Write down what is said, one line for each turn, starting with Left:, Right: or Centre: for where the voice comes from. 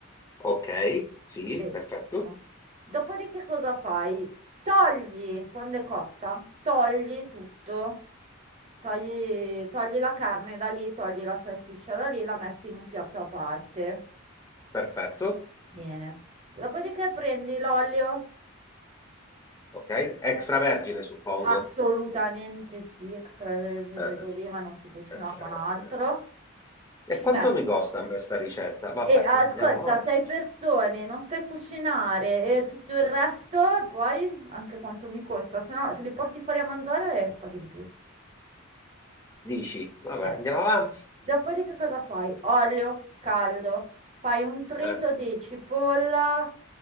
Left: Ok, sì,
Right: Benissimo.
Left: perfetto.
Right: Dopodiché cosa fai? Togli, quando è cotta, togli tutto. Togli, togli la carne da lì, togli la salsiccia da lì, la metti in un piatto a parte.
Left: Perfetto.
Right: Bene. Dopodiché prendi l'olio.
Left: Ok, extravergine,
Right: Metti...
Left: suppongo.
Right: Assolutamente sì, extravergine
Left: Eh,
Right: d'oliva non si cucina
Left: eh, eh,
Right: con altro. Ci
Left: E quanto
Right: metti
Left: mi costa a me sta ricetta? Vabbè,
Right: E ascolta,
Left: andiamo avanti.
Right: sei persone, non sai cucinare e tutto il resto, poi anche quanto mi costa, se no se li porti fuori a mangiare eh, paghi di più.
Left: Dici, vabbè,
Right: Eh
Left: andiamo
Right: sì.
Left: avanti.
Right: Dopodiché cosa fai? Olio caldo, fai un trito
Left: Eh,
Right: di cipolla,